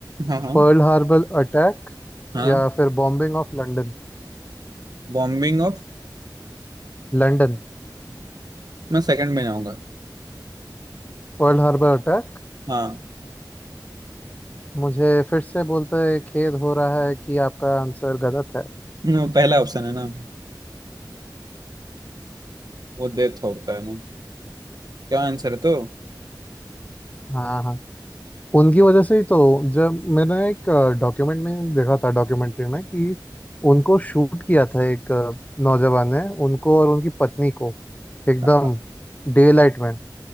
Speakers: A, on the right (about 55°); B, on the left (about 20°).
A: हाँ हाँ
B: Pearl Harbor attack
A: हाँ
B: या फिर bombing of London
A: बॉम्बिंग ऑफ
B: London
A: मैं सेकंड में जाऊंगा
B: Pearl Harbor attack
A: हाँ
B: मुझे फिर से बोलते खेद हो रहा है कि आपका आंसर गलत है
A: न, पहला ऑप्शन है ना वो डेथ होता है ना क्या आंसर है तो
B: हाँ हाँ उनकी वजह से ही तो जब मैंने एक डॉक्यूमेंट में देखा था डॉक्यूमेंट्री में कि उनको शूट किया था एक अ, नौजवान ने उनको और उनकी पत्नी को एकदम
A: हाँ,
B: डे लाइट में